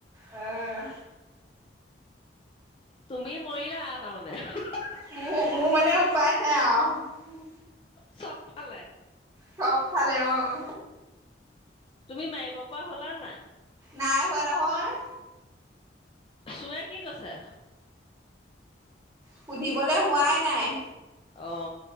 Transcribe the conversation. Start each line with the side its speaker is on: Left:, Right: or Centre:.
Right: উম।
Left: তুমি মৰিলা আহ তাৰমানমানে।
Right: ম মোৰ মানে উপ উপায়। আই।
Left: চফালে।
Right: চবফালে অঁ।
Left: তুমি মাৰিব পৰা হ'লা নাই?
Right: নাই হোৱা নহয়।
Left: চুৱে কি কৈছে।
Right: সুধিবলৈ হোৱাই নাই।
Left: অ